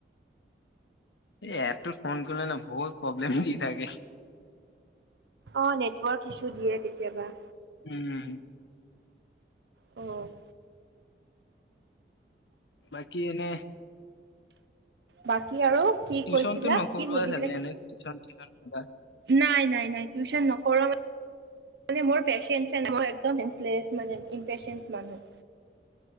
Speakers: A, on the left; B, on the right.
A: এই এএটোত ফোন কৰিলে ন বহুত প্ৰব্লেম দি থাকে।
B: অ', নেটৱৰ্ক ইছ্যু দিয়ে কেতিয়াবা।
A: উম।
B: অ'।
A: বাকি এনে
B: বাকী আৰু কি
A: টিউচনটো
B: কৈছিলা
A: নকৰোৱা
B: কি সুধিছিলা?
A: চাগে এনে টিউচন চিউচন কিবা
B: নাই নাই নাই। টিউশচন নকৰো মানে মানে মোৰ পেচেনচ নাই মানে ইমপেচেনচ মানুহ।